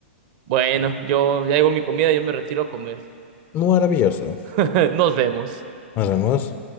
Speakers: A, on the right; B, on the left.
A: Bueno, yo ya llegó mi comida, yo me retiro a comer.
B: maravilloso.
A: <laughs> Nos vemos.
B: Nos vemos.